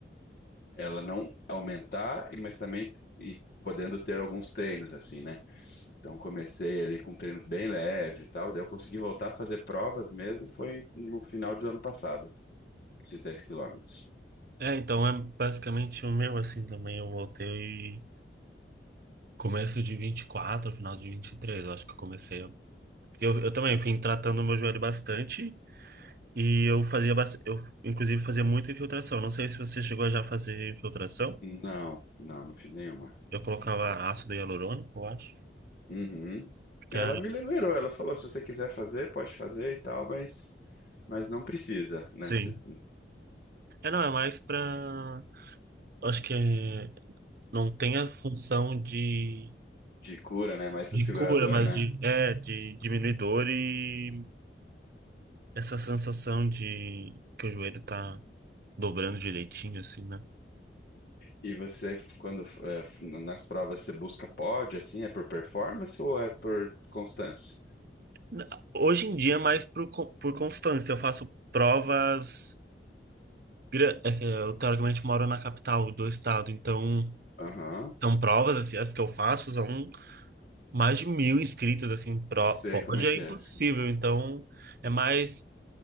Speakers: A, on the left; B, on the right.
A: ela não aumentar, e- mas também e podendo ter alguns treinos, assim, né? Então comecei ali com treinos bem leves e tal, daí eu consegui voltar a fazer provas mesmo, foi no final do ano passado, fiz 10 quilômetros.
B: É, então é basicamente o meu, assim, também. Eu voltei começo de vinte e quatro final de 23, eu acho que eu comecei. a- Porque Eu, eu também
A: E-
B: vim tratando o meu joelho bastante. E eu fazia bastante, eu inclusive fazia muita infiltração. Não sei se você chegou a já fazer infiltração.
A: Não, não, não fiz nenhuma.
B: Eu colocava ácido hialurônico, eu acho.
A: Uhum.
B: Que
A: Ela
B: é,
A: me lembrou, ela falou, se você quiser fazer, pode fazer e tal, mas, mas não precisa, né?
B: sim.
A: Se-
B: É, não, é mais pra. Acho que é, não tem a função de,
A: De cura, né? Mais
B: de
A: para segurador,
B: cura, mas
A: né?
B: de, é, de diminuir dor e essa sensação de que o joelho tá dobrando direitinho, assim, né?
A: E você, quando é, nas provas, você busca pódio, assim, é por performance ou é por constância?
B: Na- Hoje em dia é mais por, con- por constância. Eu faço provas. gra- é que Eu, teoricamente, moro na capital do estado, então
A: Aham.
B: são provas, assim, as que eu faço são mais de mil inscritos, assim, pro,
A: Sei
B: pódio
A: como é que
B: é impossível,
A: é. Sim,
B: então é mais.